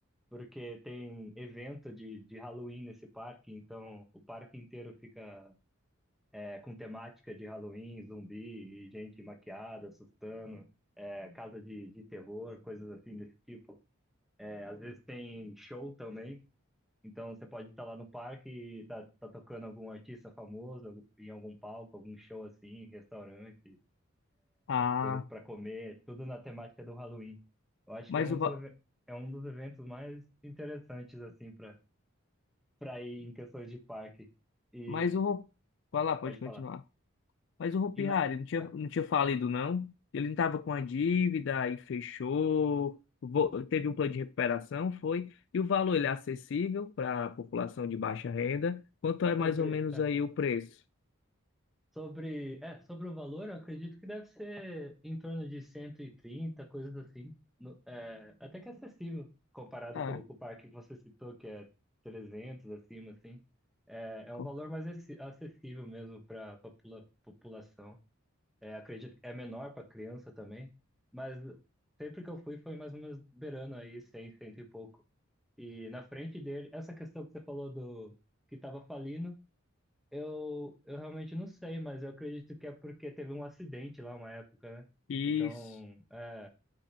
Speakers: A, in the centre; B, on the left (about 55°).
A: porque tem evento de, de Halloween nesse parque, então o parque inteiro fica é, com temática de Halloween, zumbi e gente maquiada, assustando, é, casa de, de terror, coisas assim desse tipo. É, às vezes tem show também. Então você pode estar lá no parque e tá, tá tocando algum artista famoso algum- em algum palco, algum show assim, restaurante,
B: Ah,
A: coisas para comer, tudo na temática do Halloween. Eu acho
B: mas
A: que é um
B: o
A: dos,
B: va-
A: eve- é um dos eventos mais interessantes assim para para ir em questões de parque. E
B: mas eu vou falar, pode
A: pode
B: continuar.
A: falar.
B: Mas o Hopi
A: E na,
B: Hari não tinha,
A: ah,
B: não tinha falido, não? Ele não tava com a dívida, aí fechou, vo- teve um plano de recuperação, foi. E o valor, ele é acessível para a população de baixa renda? Quanto é
A: sobre
B: mais ou menos
A: ah,
B: aí o preço?
A: Sobre, é, sobre o valor, eu acredito que deve ser em torno de 130 coisas assim. No- é, até que é acessível, comparado
B: Ah,
A: com, com o parque que você citou, que é 300 acima, assim. É, é um
B: co-
A: valor mais acessi- acessível mesmo para a população. É, acredito que é menor para criança também, mas sempre que eu fui foi mais ou menos beirando aí 100, cento e pouco. E na frente dele, essa questão que você falou do que estava falindo, eu, eu realmente não sei, mas eu acredito que é porque teve um acidente lá uma época, né?
B: isso.
A: Então, é,